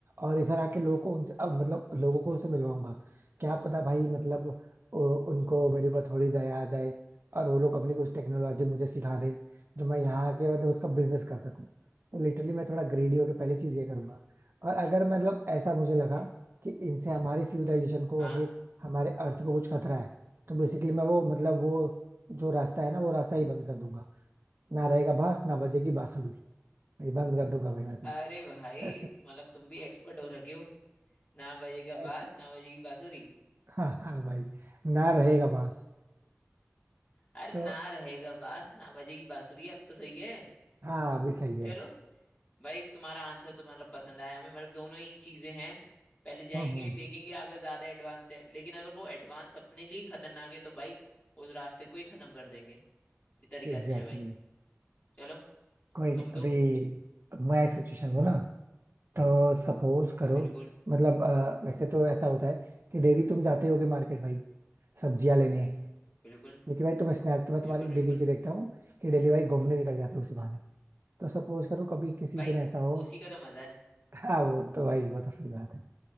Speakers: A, on the right; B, on the left.
A: और इधर आके लोगों को उनसे अब मतलब लोगों को उनसे मिलवाऊंगा क्या पता भाई मतलब उ- उनको मेरे ऊपर थोड़ी दया आ जाए और वो लोग अपनी कुछ टेक्नोलॉजी मुझे सिखा दे जो मैं यहाँ आके मतलब उसका बिजनेस कर सकूं तो लिटरली मैं थोड़ा ग्रेडी होके पहली चीज ये करूंगा और अगर मतलब ऐसा मुझे लगा
B: <laughs>
A: कि इनसे हमारी सिविलाइजेशन को
B: हाँ
A: या फिर हमारे अर्थ को कुछ खतरा है तो बेसिकली मैं वो मतलब वो जो रास्ता है ना वो रास्ता ही बंद कर दूंगा ना रहेगा बांस ना बजेगी बांसुरी भाई <laughs> बंद कर दूंगा भाई मैं
B: अरे भाई
A: तो <laughs>
B: मतलब तुम भी एक्सपर्ट हो रखे हो ना बजेगा
A: एक-
B: बास ना बजेगी बांसुरी
A: हाँ हाँ भाई ना रहेगा बांस
B: अरे
A: तो
B: ना रहेगा बास ना बजेगी बांसुरी अब तो सही है
A: हाँ अभी सही है
B: चलो भाई तुम्हारा आंसर तो मतलब पसंद आया हमें मतलब दोनों ही चीजें हैं पहले जाएंगे
A: हम्म हम्म
B: देखेंगे अगर ज्यादा एडवांस है लेकिन अगर वो एडवांस अपने लिए खतरनाक है तो भाई उस रास्ते को ही खत्म कर देंगे ये तरीका
A: Exactly
B: अच्छा है भाई
A: exactly.
B: चलो
A: कोई नहीं
B: तुम दो
A: अभी मैं एक सिचुएशन हूँ ना तो सपोज करो
B: बिल्कुल
A: मतलब अ, वैसे तो ऐसा होता है कि डेली तुम जाते होगे मार्केट भाई सब्जियां लेने
B: बिल्कुल
A: क्योंकि भाई तुम स्नैप तो मैं तुम्हारी
B: बिल्कुल बिल्कुल
A: डेली के देखता हूँ कि डेली भाई घूमने निकल जाते हो उसी बहाने तो सपोज करो कभी किसी
B: भाई
A: दिन ऐसा हो
B: उसी का तो मजा है
A: <laughs> हाँ वो तो भाई वो तो सही बात है